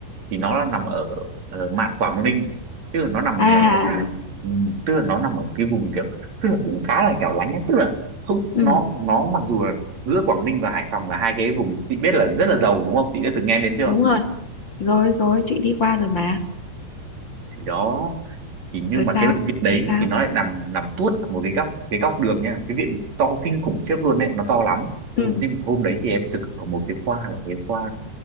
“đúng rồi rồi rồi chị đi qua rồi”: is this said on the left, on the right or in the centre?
Left